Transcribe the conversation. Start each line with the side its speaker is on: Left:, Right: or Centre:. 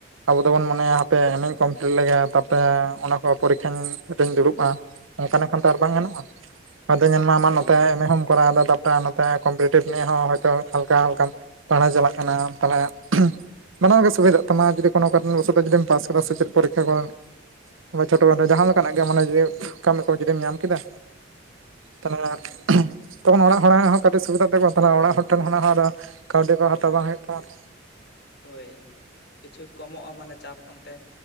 Right: ᱟᱵᱚ ᱫᱚᱵᱚᱱ ᱢᱚᱱᱮᱭᱟ ᱦᱟᱯᱮ ᱮᱢᱮᱧ ᱠᱚᱢᱯᱞᱤᱴ ᱞᱮᱜᱮ ᱛᱟᱯᱛᱮ ᱚᱱᱟ ᱠᱚ ᱯᱚᱨᱤᱠᱠᱷᱟᱧ ᱛᱮᱧ ᱫᱩᱲᱩᱵ ᱟ ᱚᱱᱠᱟᱞᱮᱠᱷᱟᱱ ᱫᱚ ᱟᱨ ᱵᱟᱝ ᱜᱟᱱᱚᱜᱼᱟ ᱟᱫᱚ ᱧᱮᱞ
Left: ᱦᱳᱭ
Right: ᱱᱚᱛᱮ ᱮᱢᱮ ᱦᱚᱢ ᱠᱚᱨᱟᱣ ᱫᱟ ᱛᱟᱯᱛᱮ ᱱᱚᱛᱮ ᱠᱚᱢᱯᱤᱴᱤᱴᱤᱵᱷ ᱱᱤᱭᱮ ᱦᱚ ᱦᱚᱭᱛᱳ ᱦᱟᱞᱠᱟ ᱦᱟᱞᱠᱟᱢ ᱯᱟᱲᱦᱟᱣ ᱪᱟᱞᱟᱜ ᱠᱟᱱᱟᱢ ᱛᱟᱦᱮᱞᱮ ᱵᱟᱱᱟᱨ ᱜᱮ ᱥᱩᱵᱤᱫᱷ ᱛᱟᱢᱟ ᱡᱩᱫᱤ ᱠᱳᱱᱚ ᱠᱟᱨᱚᱱ ᱵᱚᱥᱚᱛ ᱡᱩᱫᱤᱢ ᱯᱟᱥ ᱥᱮᱪᱮᱫ ᱯᱤᱠᱠᱷᱟ ᱠᱚ ᱵᱟ ᱪᱷᱳᱴᱳ ᱠᱷᱟᱴᱚ ᱡᱟᱦᱟᱸ ᱞᱮᱠᱟᱱᱟᱜ ᱜᱮ ᱢᱚᱱᱮ ᱡᱤᱣᱤ ᱠᱟᱹᱢᱤ ᱠᱚ ᱡᱩᱫᱤᱢ ᱧᱟᱢ ᱠᱮᱫᱟ ᱛᱟᱦᱚᱞᱮ
Left: ᱦᱩᱸ
Right: ᱩᱦᱩ ᱛᱚᱠᱷᱚᱱ ᱚᱲᱟᱜ ᱦᱚᱲᱟᱜ ᱦᱚᱸ ᱠᱟᱹᱴᱤᱡ ᱥᱩᱵᱤᱫᱟᱜ ᱛᱮᱠᱚᱣᱟ ᱛᱟᱞᱮᱼᱟᱲᱟᱜ ᱴᱷᱮᱱ ᱠᱷᱚᱱᱟᱜ ᱦᱚᱸ ᱟᱫᱚ ᱠᱟᱹᱣᱰᱤ ᱠᱚ ᱦᱟᱛᱟᱣ ᱵᱟᱝ ᱦᱳᱭᱳᱜ ᱛᱟᱢᱟ ᱛᱚ
Left: ᱦᱳᱭ ᱠᱤᱪᱷᱩ ᱠᱚᱢᱚᱜᱼᱟ ᱢᱟᱱᱮ ᱪᱟᱯ ᱚᱱᱛᱮ